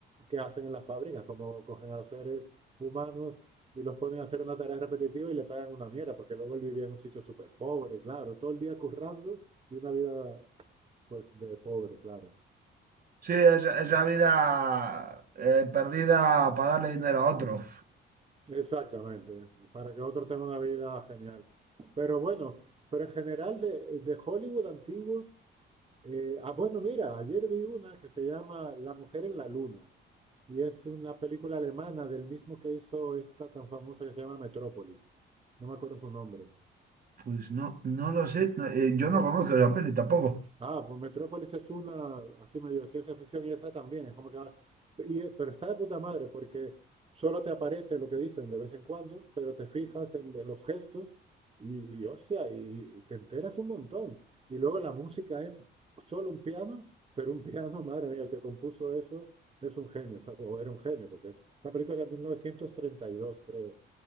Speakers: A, on the right; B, on the right.
A: que hacen en las fábricas, cómo cogen a los seres humanos y los ponen a hacer una tarea repetitiva y le pagan una mierda, porque luego él vivía en un sitio súper pobre, claro, todo el día currando y una vida pues de pobre, claro.
B: es- esa vida eh, perdida para darle dinero a otro.
A: Exactamente, para que otro tenga una vida genial. Pero bueno, pero en general de, de Hollywood antiguo, eh, ah, bueno, mira, ayer vi una que se llama La mujer en la luna y es una película alemana del mismo que hizo esta tan famosa que se llama Metrópolis. No me acuerdo su nombre.
B: Pues no, no lo sé. No, eh, yo no conozco esa peli tampoco.
A: Ah, pues Metrópolis es una, así medio de ciencia ficción, y esa también, es como que... va- y, eh, pero está de puta madre, porque solo te aparece lo que dicen de vez en cuando, pero te fijas en, en los gestos y, y, hostia, y, y te enteras un montón. Y luego la música es solo un piano, pero un piano, <laughs> madre mía, el que compuso eso es un genio, o sea, o era un genio, porque es, esa película es de 1932, creo.